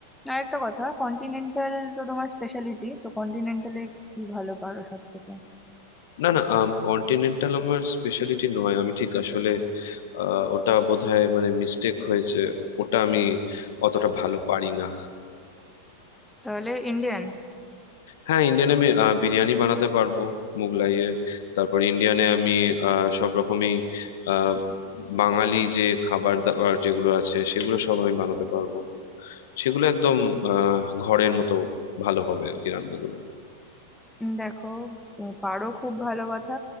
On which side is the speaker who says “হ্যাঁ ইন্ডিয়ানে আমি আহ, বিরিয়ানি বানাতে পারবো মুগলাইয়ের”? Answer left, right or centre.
Left